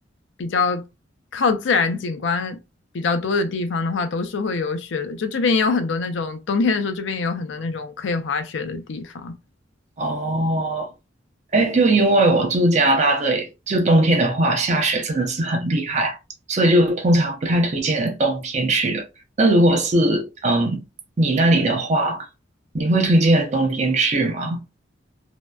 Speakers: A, on the left; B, on the right.
A: 比较靠自然景观比较多的地方的话，都是会有雪的。就这边也有很多那种冬天的时候，这边也有很多那种可以滑雪的地方。
B: 哦，哎，就因为我住加拿大这里，就冬天的话，下雪真的是很厉害，所以就通常不太推荐人冬天去的。那如果是嗯你那里的话，你会推荐人冬天去吗？